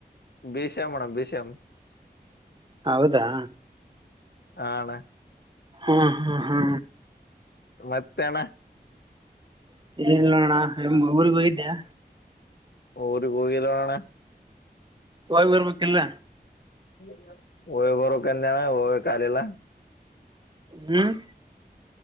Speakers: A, on the left (about 80°); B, on the right (about 30°).
A: ಬಿ ಸೇಮ್ ಮಾಡಣ ಬಿ ಸಿ ಎಮ್
B: ಹೌದಾ
A: ಆ ಅಣ
B: ಹ್ಮ್ ಹಾ ಹಾ
A: ಮತ್ತೇಣ್ಣ
B: <unintelligible> ಏ ನೋಣ ಎ ಊಗ್ ಹೋಗಿದ್ದ್ಯಾ
A: <unintelligible> ರು ಗಿ ಕಲೋಣ
B: ಹೋಗ್ ಬರ್ಬೇಕಿಲ್ಲ
A: <unintelligible> <unintelligible> ಒಓಳ್ಳ ಬರೋಕನ್ನನ ಒಓಳ್ಳ ಕಲ್ಲ
B: ಹ್ಮ್